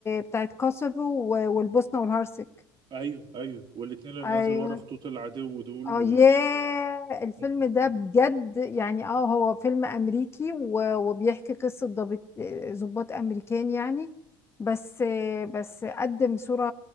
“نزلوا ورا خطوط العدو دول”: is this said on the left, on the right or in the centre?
Right